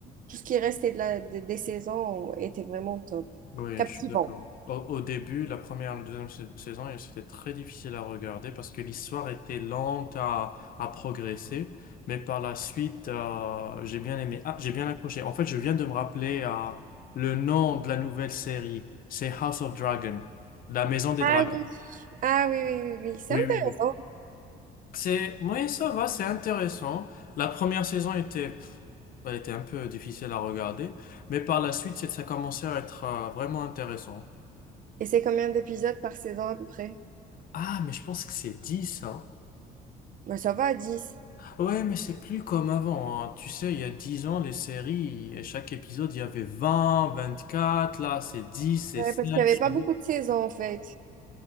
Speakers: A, on the right; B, on the left.
A: tout ce qui restait de la... de- des saisons était vraiment top.
B: Oui,
A: Captivant.
B: je suis d'accord. Au, au début, la première la deuxième sa- saison, et c'était très difficile à regarder parce que l'histoire était lente à, à progresser. Mais par la suite, euh, j'ai bien aimé. Ah, j'ai bien accroché. En fait, je viens de me rappeler euh, le nom de la nouvelle série. C'est House of Dragon, la maison des
A: Ah
B: dragons.
A: oui. Ah oui, oui, oui, oui. C'est
B: Oui,
A: intéressant.
B: oui, oui. C'est, oui, ça va, c'est intéressant. La première saison était, pff, elle était un peu difficile à regarder, mais par la suite, c'est- ça commençait à être euh, vraiment intéressant.
A: Et c'est combien d'épisodes par saison à peu près?
B: Ah, mais je pense que c'est 10 hein.
A: Ben, ça va à 10.
B: Ouais, mais c'est plus comme avant, hein. Tu sais, il y a 10 ans, les séries, à chaque épisode, il y avait vingt, vingt-quatre là, c'est 10, c'est
A: Ouais,
B: 5,
A: parce qu'il n'y
B: c'est
A: avait pas
B: 8.
A: beaucoup de saisons en fait.